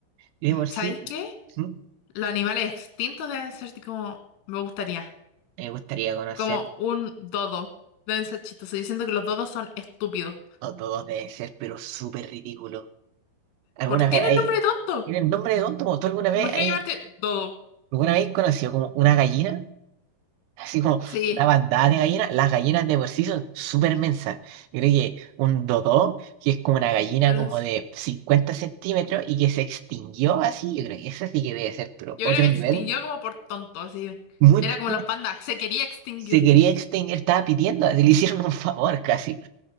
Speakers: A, on the right (about 85°); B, on the left (about 65°).
A: Y de por
B: ¿Sabéis
A: sí,
B: qué?
A: ¿Mm?
B: Los animales extintos deben ser como me gustaría.
A: me gustaría conocer.
B: Como un dodo. Deben ser chistosos. Yo siento que los dodos son estúpidos.
A: No todos deben ser, pero súper ridículo. ¿Alguna
B: Por tienen
A: vez hay...
B: nombre tonto.
A: tiene el nombre de tonto? como ¿Tú alguna vez
B: Me imagino
A: hay...
B: llamarte dodo.
A: alguna vez has conocido como una gallina? Así como
B: Sí,
A: una bandada de gallinas. Las gallinas de por sí son súper mensas. Yo creo que un dodó, que es como una gallina
B: pero
A: como
B: es-
A: de 50 centímetros y que se extinguió así, yo creo que esa sí que debe ser, pero
B: yo
A: otro
B: creo que
A: nivel.
B: se extinguió como por tonto, así.
A: Muy
B: Era
A: probablemente
B: como los pandas. Se quería extinguir.
A: se quería extinguir, estaba pidiendo, así le hicieron un favor casi.